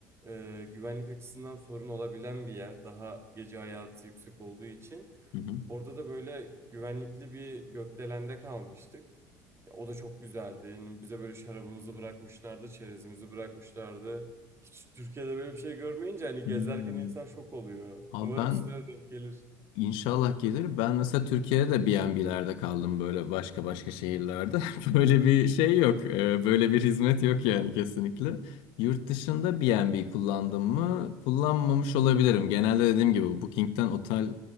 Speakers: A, on the right; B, on the left.
A: e, güvenlik açısından sorun olabilen bir yer. Daha gece hayatı yüksek olduğu için.
B: Hı hı.
A: Orada da böyle güvenlikli bir gökdelende kalmıştık. Ya, o da çok güzeldi. Yani bize böyle şarabımızı bırakmışlardı, çerezimizi bırakmışlardı. Hiç Türkiye'de böyle bir şey görmeyince hani
B: Hmm.
A: gezerken insan şok oluyor.
B: Abi
A: Umarım
B: ben
A: size de denk gelir.
B: inşallah gelir. Ben mesela Türkiye'de B&B'lerde kaldım böyle başka başka şehirlerde. <laughs> Böyle bir şey yok. Ee, Böyle bir hizmet yok yani kesinlikle. Yurt dışında B&B kullandım mı? Kullanmamış olabilirim. Genelde dediğim gibi Booking'ten otel